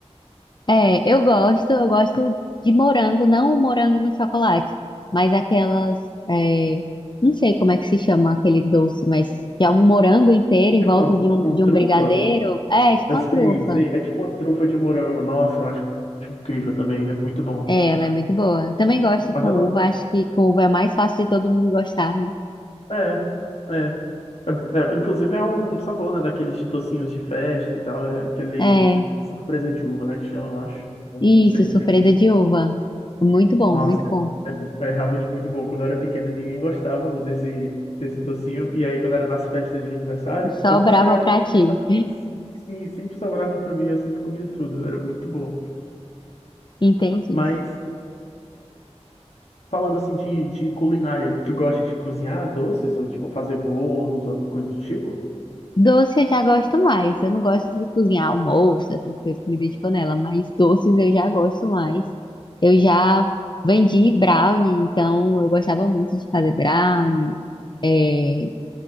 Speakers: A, on the left; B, on the left.
A: É, eu gosto, eu gosto de morango, não o morango no chocolate, mas aquelas, é, não sei como é que se chama aquele doce, mas que é um morango inteiro em
B: Tipo
A: volta
B: uma,
A: de um,
B: uma
A: de
B: trufa,
A: um brigadeiro. É, tipo
B: eu
A: uma
B: sei,
A: trufa.
B: sei, é tipo uma trufa de morango. Nossa, eu acho incrível também, é muito bom.
A: É, ela é muito boa. Eu Também gosto
B: Mas
A: com
B: eu não,
A: uva, acho que com uva é mais fácil de todo mundo gostar, né?
B: É, é. É, é, Inclusive é um sabor, né, daqueles chitocinhos de festa e tal, é aquele
A: É,
B: surpresa de uva, né, que chama, eu acho. Não,
A: isso,
B: não sei
A: surpresa
B: direito.
A: de uva. Muito bom,
B: Nossa,
A: muito bom.
B: é realmente muito bom. Quando eu era pequeno, ninguém gostava do- desse, desse docinho. E aí, quando era nas festas de aniversário,
A: Só
B: quando
A: brava
B: você era
A: pra ti.
B: criança, né, sim, sim, sempre sobrava pra mim, eu sempre comia tudo. Era muito bom.
A: <laughs> Entendi.
B: Mas, falando assim de, de culinária, tu gosta de cozinhar doces ou, tipo, fazer bolos ou alguma coisa do tipo?
A: Doce eu já gosto mais. Eu não gosto de cozinhar almoço, essas coisas, comida de panela, mas doces eu já gosto mais. Eu já vendi brownie, então eu gostava muito de fazer brownie. É,